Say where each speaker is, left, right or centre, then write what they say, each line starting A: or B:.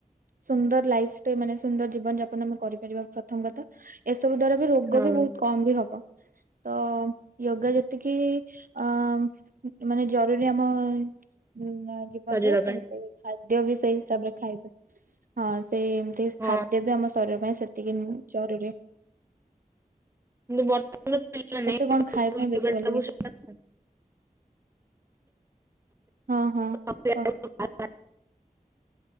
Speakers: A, on the right; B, on the right.
A: ସୁନ୍ଦର ଲାଇଫ୍ ଟେ ମାନେ ସୁନ୍ଦର ଜୀବନ ଯାପନ ଆମେ କରିପାରିବା ପ୍ରଥମ କଥା ଏସବୁ ଦ୍ଵାରା ବି ରୋଗ
B: ହଁ
A: ବି ବହୁତ୍ କମ୍ ବି ହବ। ତ ୟୋଗା ଯେତିକି ଅଁ ମାନେ ଜରୁରୀ ଆମ ହୁଁ ଆଁ ଜୀବନରେ
B: ଶରୀର
A: ସେମିତି
B: ପାଇଁ
A: ଖାଦ୍ୟ ବି ସେଇ ହିସାବରେ ଖାଇବେ। ହଁ ସେଇ ଏମିତି
B: ହଁ
A: ଖାଦ୍ୟ ବି ଆମ ଶରୀର ପାଇଁ ସେତିକି ଜରୁରୀ।
B: କିନ୍ତୁ ବର୍ତ୍ତମାନ ପିଲା
A: ତତେ
B: ନାଇଁ
A: କଣ ଖାଇବା ପାଇଁ ବେଶୀ ଭଲ ଲାଗେ?
B: <unintelligible>
A: ହଁ ହଁ।
B: <unintelligible>
A: କହ